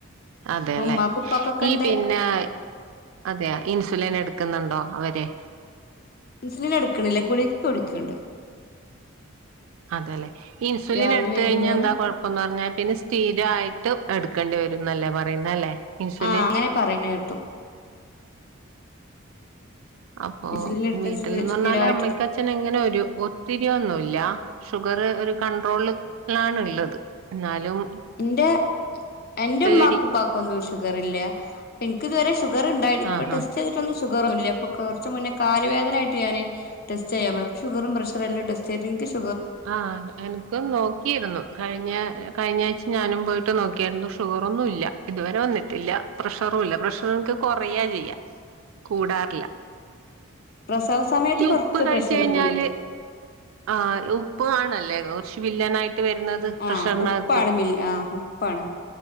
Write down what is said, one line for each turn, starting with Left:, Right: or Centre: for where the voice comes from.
Right: അതേല്ലേ
Left: അപ്പൊ ഉമ്മാക്കും ഉപ്പാക്കൊക്കെ
Right: ഈ
Left: ഉണ്ട്
Right: പിന്നായ്, അതെയ് ഇൻസുലിൻ എടുക്കുന്നുണ്ടോ അവരെ!
Left: ഇൻസുലിനെടുക്കണില്ല ഗുളിക തൊടിക്കണ്ട്.
Right: അതെല്ലെ ഇൻസുലിൻ
Left: രാവിലെ
Right: എടുത്തു
Left: വൈകുന്നേരം
Right: കഴിഞ്ഞാ എന്താ കുഴപ്പ് ഒന്നു പറഞ്ഞാ പിന്നെ സ്ഥിരായിട്ട് എടുക്കേണ്ടി വരുംന്നല്ലേ പറയുന്നല്ലേ ഇൻസുലിൻ
Left: ആഹ് അങ്ങനെ പറയണ കേട്ടു
Right: അപ്പൊ
Left: ഇൻസുലിൻ എടുത്ത
Right: വീട്ടിൽന്നന്നലെ
Left: സ്ഥിരമായിട്ട്
Right: അമ്മയ്ക്കും അച്ഛ അച്ഛനങ്ങനെ ഒരു ഒത്തിരിയൊന്നുല്ല ഷുഗർ ഒരു കൺട്രോളില് ലാണ്ള്ളത്.. എന്നാലും
Left: ഇന്റെ എന്റെമ്മാക്കും
Right: പേടി
Left: പ്പാക്കൊന്നും ഷുഗർ ഇല്ല പ്പോ എനിക്കിതുവരെ ഷുഗർ ഇണ്ടായി ഇപ്പ
Right: ആഹാ
Left: ടെസ്റ്റ് റ്റെതിട്ടൊന്നും ഷുഗറ് ഇല്ല പ്പോ കൊറച്ച് മുന്നേ കാല് വേദനയിട്ട് ഞാന് ടെസ്റ്റ് ചെയ്യാൻ പോയപ്പോ ഷുഗറും പ്രഷറെല്ലാം ടെസ്റ്റ് ചെയ്ത് ഇൻക് ഷു
Right: ആഹ എന ഒക്കെ നോക്കിയിരുന്നു കഴിഞ്ഞ കഴിഞ്ഞ ആഴ്ച ഞാനും പോയിട്ട് നോക്കിരുന്നു ഷുഗറൊന്നുല്ല. ഇതുവരെ വന്നിട്ടില്ല പ്രഷറും ഇല്ല പ്രഷറൊക്കെ കൊറെയാ ചെയ്യാ കൂടാറില്ല
Left: പ്രസവ സമയത്ത്
Right: ഈ
Left: കുറച്ച്
Right: ഉപ്പ് കഴിച്ചു
Left: പ്രഷർ
Right: കഴിഞ്ഞാലെ
Left: കൂടിന്ന്
Right: ആഹ് ലുഉപ്പു ആണല്ലേ കുറച്ച് വില്ലനായിട്ട് വരുന്നത് പ്രഷറിനകത്ത്
Left: ആഹ ഉപ്പാണ് മിൽ ആഹ് ഉപ്പാണ്